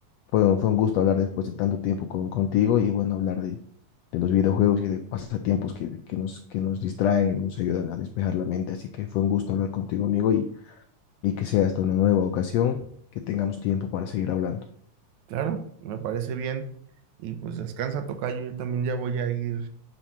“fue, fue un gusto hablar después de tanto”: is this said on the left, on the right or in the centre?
Left